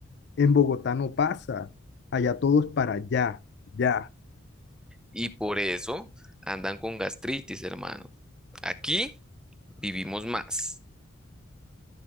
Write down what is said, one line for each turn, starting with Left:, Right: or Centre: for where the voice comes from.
Left: En Bogotá no pasa. Allá todos para allá, ya.
Centre: Y por eso andan con gastritis, hermano. Aquí vivimos más.